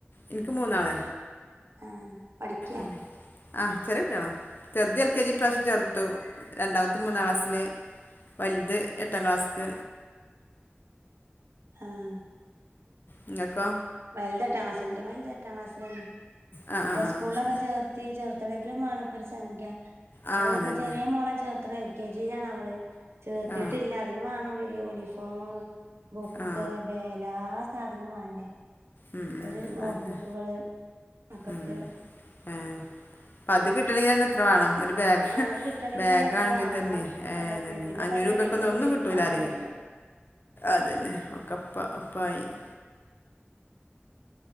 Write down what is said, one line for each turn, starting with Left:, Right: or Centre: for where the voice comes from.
Left: ഇന്ക്ക് മൂന്നാള്
Right: ആഹ് പഠിക്കാ
Left: ഉം ആഹ് ചെറികുട്ട്യാള ചെർത് പ എൽ കെ ജി ഇപ്രാവശ്യം ചേർ രണ്ടാമത്തെ മൂന്നാം ക്ലാസ്സില് വലുത് എട്ടാം ക്ലാസ്ക്
Right: ആഹ്
Left: ഇങ്ങൊക്കൊ
Right: വലുതെട്ടാക്ലാസില് ഇന്റെ വല്ത് എട്ടാം ക്ലാസ്സിലെന്നെ
Left: ആ ആ ആ
Right: സ്കൂളിലൊക്കെ
Left: ശരി
Right: ചേർത്തി ചെർ ചേർത്തണെങ്കിലും വാണം ഇപ്പൊ ഒരു സംഖ്യ
Left: ആ
Right: അദ്
Left: അതന്നെ
Right: ഇപ്പൊ ചെറിയ മോളെ ചേർത്ത്ണ എൽ കെ ജിയിലാണ് അവള് ചേർത്തിട്ടില്ല
Left: ആ
Right: അതിന് വേണം ഈ യൂണിഫോം ബുക്ക്
Left: ആ ആ
Right: പേന ആ സാധനം വേണ്ടേ
Left: ഉം, ഉം,
Right: ഒരു നോട്ട്ബുക്കുകള്
Left: അതന്നെ
Right: മക്കക്ക്
Left: ഉം. ഏ, അത് കിട്ടണെങ്കി തന്നെ എത്ര വാണം ബാഗ്
Right: ആ അത് കിട്ടണെങ്കിൽ
Left: ബാഗാണെങ്കിൽ
Right: തന്നെ എത്ര വേണം
Left: തന്നെ ഏ
Right: അതന്നെ
Left: തന്നെ
Right: പിന്നെ
Left: അഞ്ഞൂറൊപ്യക്കൊന്നും
Right: ഇപ്പ അതിന്റെ ഇടയിൽ കൂടെ ഒരു
Left: ഒന്നും
Right: പെരുന്നാളും
Left: കിട്ടൂലറിം
Right: വരുന്നു
Left: അതന്നെ ഒക്കപ്പ ഒപ്പായി <inaudible>